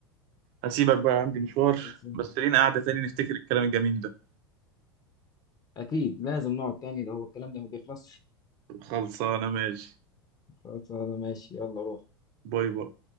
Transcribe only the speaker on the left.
بس
اكيد لازم نقعد تاني ده هو الكلام ده ما بيخلصش
خلاص انا ماشي يلا روح